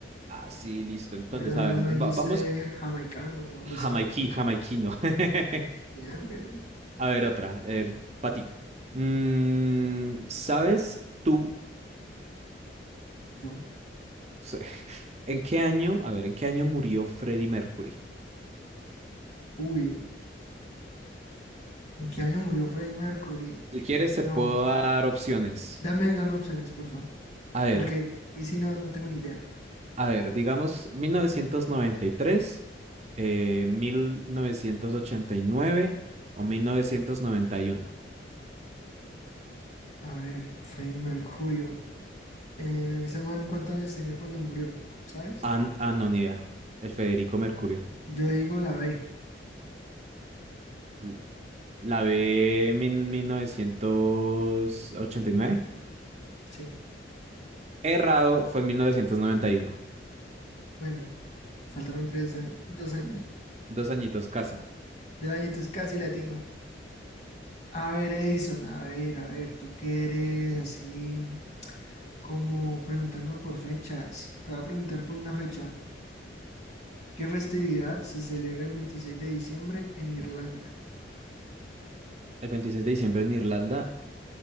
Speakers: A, on the right; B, on the left.
A: Ah, sí, listo. Entonces,
B: Menos
A: a
B: mal
A: ver,
B: no
A: va-
B: dijiste
A: vamos
B: jamaicano o algo
A: jamaiquí,
B: así.
A: jamaiquino. <laughs>
B: Bien, bien.
A: A ver, otra. A ver, para ti. Mm, ¿sabes tú
B: Yo.
A: se- <laughs> en qué año, a ver, en qué año murió Freddie Mercury?
B: Uy, ¿en qué año murió Freddie Mercury?
A: Si quieres,
B: No.
A: se puedo dar opciones.
B: Dame, dame opciones, porfa.
A: A ver,
B: Porque ahí sí no, no tengo ni idea.
A: a ver, digamos 1993, eh, 1989 o 1991.
B: A ver, Freddie Mercurio. Eh, ese man, ¿cuántos años tenía cuando murió? ¿Sabes?
A: Ah, ah, no, ni idea. El Federico Mercurio.
B: Yo digo la B.
A: L- La B, 1989.
B: Sí.
A: Errado, fue en 1991.
B: Bueno, faltaron tres años, dos años.
A: Dos añitos casi.
B: De añitos casi latino. A ver, Edison, a ver, a ver, tú qué eres así como preguntando por fechas. Te voy a preguntar por una fecha. ¿Qué festividad se celebra el 26 de diciembre en Irlanda?
A: El 26 de diciembre en Irlanda.